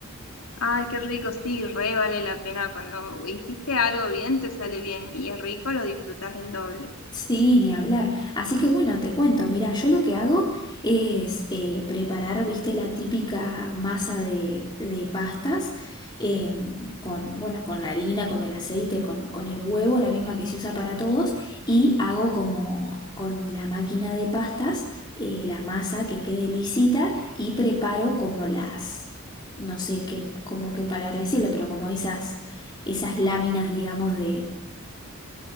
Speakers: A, on the left; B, on the left.
A: Ay, qué rico, sí, re vale la pena cuando hiciste algo bien, te sale bien y es rico, lo disfrutas el doble.
B: Sí, ni hablar. Así que bueno, te cuento, mira, yo lo que hago es eh, preparar, viste, la típica masa de, de pastas em, con, bueno, con la harina, con el aceite, con, con el huevo, la misma que se usa para todos, y hago como con la máquina de pastas eh, la masa que quede lisita y preparo como las, no sé qué, como qué palabra decirle, pero como esas, esas láminas, digamos, de